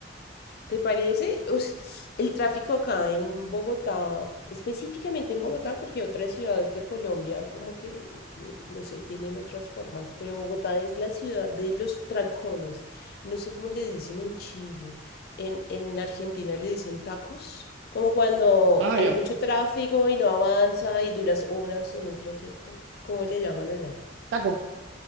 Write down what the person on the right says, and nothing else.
Ah,
ya.
Taco,